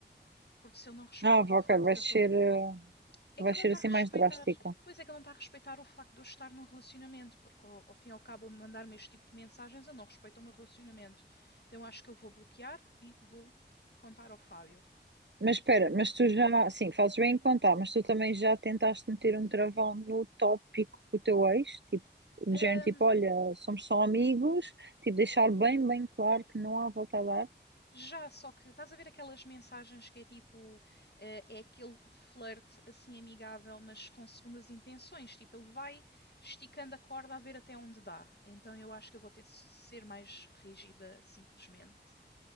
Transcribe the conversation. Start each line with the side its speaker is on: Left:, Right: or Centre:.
Left: Porque se ele não respeita
Right: Ah, ok,
Left: o facto
Right: vai
Left: que
Right: ser,
Left: eu estou. Tô...
Right: eh,
Left: É
Right: vai
Left: que ele
Right: ser
Left: não está
Right: assim
Left: a respeitar.
Right: mais drástica.
Left: Pois é que ele não está a respeitar o facto de eu estar num relacionamento, porque ao, ao fim e ao cabo, mandar-me este tipo de mensagens, ele não respeita o meu relacionamento. Então acho que eu vou bloquear e vou contar ao Fábio.
Right: Mas espera, mas tu já, sim, fazes bem em contar, mas tu também já tentaste meter um travão no tópico com o teu ex? Tipo, de
Left: Ahm,
Right: género, tipo, olha, somos só amigos, tipo, deixar bem, bem claro que não há volta a dar,
Left: Já, só que estás a ver aquelas mensagens que é tipo, eh, é aquele flerte assim amigável, mas com segundas intenções. Tipo, ele vai esticando a corda a ver até onde dá. Então eu acho que eu vou ter de ser mais rígida, simplesmente.